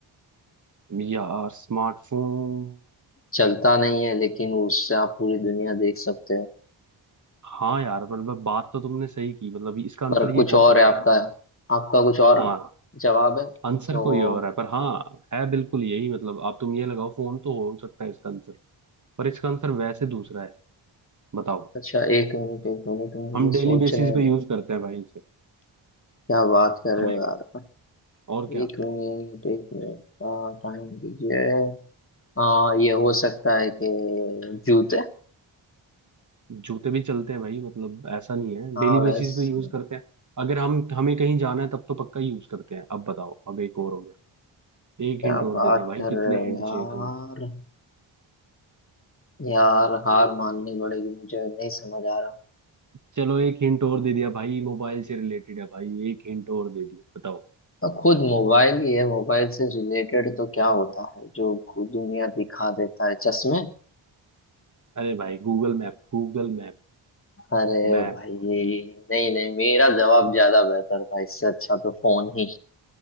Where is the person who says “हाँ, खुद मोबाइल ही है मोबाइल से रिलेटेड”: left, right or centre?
Left